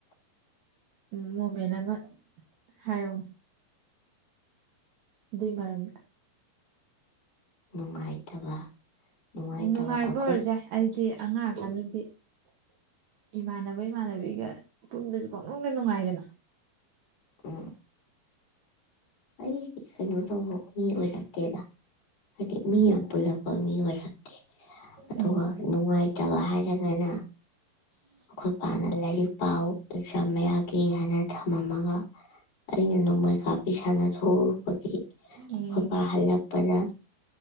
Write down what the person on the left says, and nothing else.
ꯅꯨꯡꯉꯥꯏꯇꯕ ꯅꯨꯡꯉꯥꯏꯇꯕ
ꯑꯩꯈꯣꯏ
ꯎꯝ ꯑꯩ ꯀꯩꯅꯣ ꯇꯧꯕ ꯃꯤ ꯑꯣꯏꯔꯛꯇꯦꯗ ꯍꯥꯏꯗꯤ ꯃꯤ ꯌꯥꯝ ꯄꯨꯜꯂꯛꯄ ꯃꯤ ꯑꯣꯏꯔꯦ꯫ ꯑꯗꯨꯒ
ꯅꯨꯡꯉꯥꯏꯇꯕ ꯍꯥꯏꯔꯒꯅ
ꯑꯩꯈꯣꯏ ꯄꯥꯅ ꯂꯥꯏꯔꯤꯛ ꯄꯥꯎ ꯑꯦꯛꯖꯥꯝ ꯃꯌꯥꯒꯤ ꯍꯥꯏꯅ ꯊꯝꯃꯝꯃꯒ ꯑꯩꯅ ꯅꯣꯡꯃꯩ ꯀꯥꯞꯄꯤ ꯁꯥꯟꯅꯊꯔꯨꯕꯒꯤ ꯑꯩꯣꯏꯕꯥ
ꯍꯜꯂꯛꯄꯗ